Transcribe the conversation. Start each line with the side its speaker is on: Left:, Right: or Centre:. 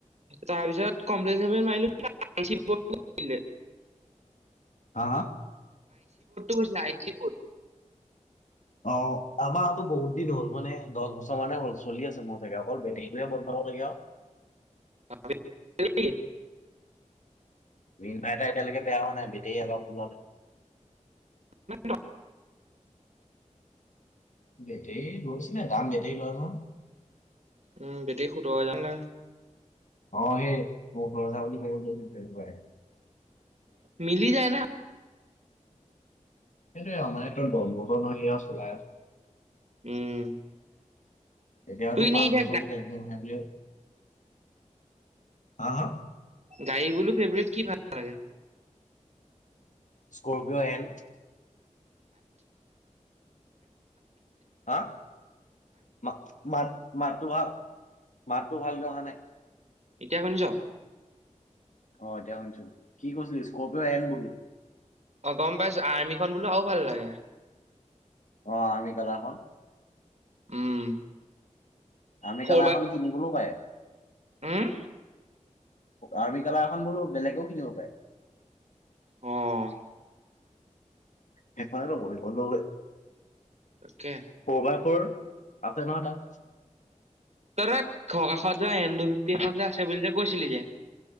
Right: তাৰপিছত কমপ্লেন সমপ্লেন মৰিলোঁ <unintelligible> <unintelligible>
Left: হা হা
Right: গৈছিলে আই চি বৰ্ড
Left: অ' আমাৰতো বহুত দিন হ'ল মানে দহ বছৰ মানে হ'ল চলি আছে মজাকে অকল বেটাৰীটো হে <inaudible>
Right: অ <unintelligible> <unintelligible>
Left: ইনভাৰ্টাৰ এতিয়ালৈকে বেয়া হোৱা নাই বেটেৰী
Right: ন <inaudible>
Left: বেটেৰীত গৈছিলে, দাম বেটেৰীত লয় নহয়।
Right: উম, বেটেৰীত সোতৰ হাজাৰ মান লয়
Left: অ' সেই সোঁতৰ হাজাৰ বোলি তেনেকুৱা
Right: মিলি যায় না
Left: সেইটোৱে মানেটোৰ আৰু দহ বছৰ ধৰি চলাই আছ।
Right: উম।
Left: এতিয়াতো
Right: তোৰ এনেই
Left: পাঁচ
Right: এতিয়া
Left: বছৰলৈ টেনচন নাই বুলি ভাবো, হা হা
Right: গাৰী বোলো ফেবাৰেত কি ভাল লাগে?
Left: স্কৰ্পিঅ' এন হা ম ম তৱ <unintelligible> <unintelligible> মাতটো ভালকে অহা নাই।
Right: এতিয়া শুনিছ?
Left: অ' এতিয়া শুনিছো, কি কৈছলি স্কৰপিঅ এন বুলি?
Right: অ' গম পাইছো আৰ্মিখন বোলো আৰু ভাল লাগে।
Left: অ' আৰ্মী কালাৰ খন।
Right: উম।
Left: আমি
Right: ফ'ৰ
Left: কালাৰখন
Right: বাই
Left: কিনিবলৈও পায়।
Right: উম
Left: আৰ্মি কালাৰখন বোলো বেলেগেও কিনিব পাৰে।
Right: অ'।
Left: হেইখনে লব লাগিব ললে।
Right: তাকে।
Left: ফ'ৰ বাই ফ'ৰ আছে নহয় তাত।
Right: তহঁতৰ যে ঘৰকাষত ন টো ফিফটি এখন আছে বুলিজে কৈছিলি যে।